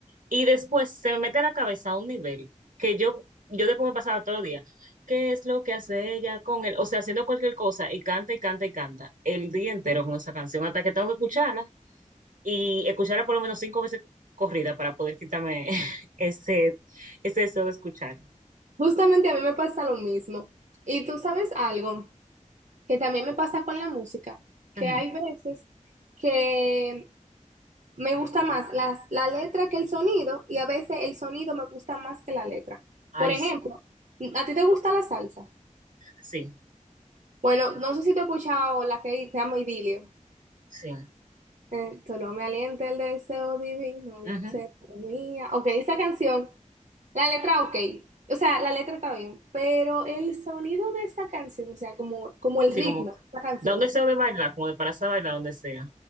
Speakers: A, on the right; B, on the right.
A: Y después se me mete a la cabeza a un nivel que yo, yo después me pasaba todos los días. ¿Qué es lo que hace ella con él? O sea, haciendo cualquier cosa y canta y canta y canta el día entero con esa canción hasta que tengo que escucharla y escucharla por lo menos cinco veces corrida para poder quitarme <laughs> ese, ese deseo de escucharla.
B: justamente a mí me pasa lo mismo. Y tú sabes algo que también me pasa con la música, que
A: Ujú.
B: hay veces que Me gusta más las, la letra que el sonido y a veces el sonido me gusta más que la letra.
A: Ay,
B: Por ejemplo,
A: s-
B: ¿a ti te gusta la salsa?
A: sí,
B: Bueno, no sé si te he escuchado la que se llama Idilio.
A: sí.
B: Eh, solo me alienta el deseo divino de
A: Ujú.
B: hacer mía. Ok, esa canción, la letra ok. O sea, la letra está bien, pero el sonido de esa canción, o sea, como, como el
A: Sí,
B: ritmo
A: como
B: de esa canción.
A: da un deseo de bailar, como de pararse a bailar donde sea.